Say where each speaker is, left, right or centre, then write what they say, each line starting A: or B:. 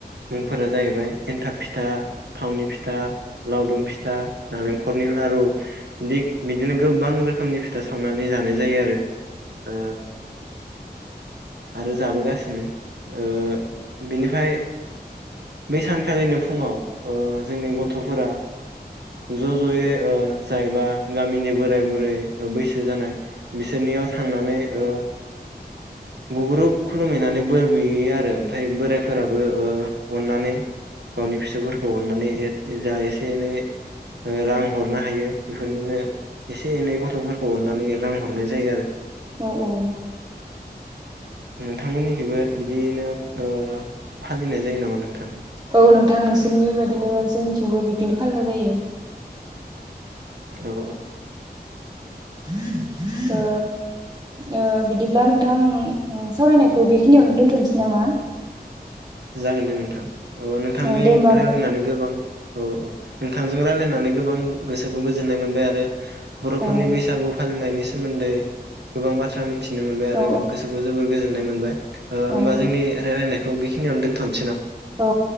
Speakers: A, on the right (about 90°); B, on the right (about 25°).
A: मुं फोरा जाहैबाय एन्थाब फिथा थावनि फिथा लावदुम फिथा नालेंख खरनि लारु बिदिनो गोबां रोखोम फोंनि फिथा सावनानै जानाय जायो आरो ओ आरो जाबोगासिनो ओ बिनिफ्राय बे सानखालिनो फुङाव ओ जोंनि गथ'फोरा ज' ज'यै ओ जाय बा गामिनि बोराय बुरै बैसो जानाय बिसोरनियाव थांनानै ओ गुग्रुब खुलुमहैनानै बोर बे आरो ओमफाय बोरायफोराबो ओ अननानै गावनि फिसौफोरखौ अननानै जा एसे एनै रां हरनो हायो बेफोरनिनो एसे एनै गथ'फोर खौ अननानै रां हरनाय जायो आरो
B: औ औ
A: नोंथांमोननिखैबो बिदियैनो ओ फालिनाय जायो नामा नोंथां
B: औ नोंथां नोंसोरनि बायदिनो जोंनिथिंबो बिब्दिनो फालिनाय जायो
A: <inaudible> औ
B: <inaudible> ओ ओ बिदिब्ला नोंथां सावरायनायखौ बेखिनियावनो दोन्थ'नोसै नामा
A: जागोन दे नोंथां ओ नोंथांजों
B: औ दे होमबा
A: रायलायनानै गोबां औ औ नोंथांजों रायजलायनानै गोबां गोसोखौ गोजोननाय मोनबाय आरो बर'फोरनि
B: औ
A: बैसागु फालिनायनिस सोमोन्दै गोबां बाथ्रा मिनथि थिनो मोनबाय आरो
B: औ
A: गोसोखौ जोबोर गोजोन नाय मोनबाय ओ होमबा
B: औ
A: जोंनि रायजलायनायखौ बेखि खिनियावनो दोनथनो
B: औ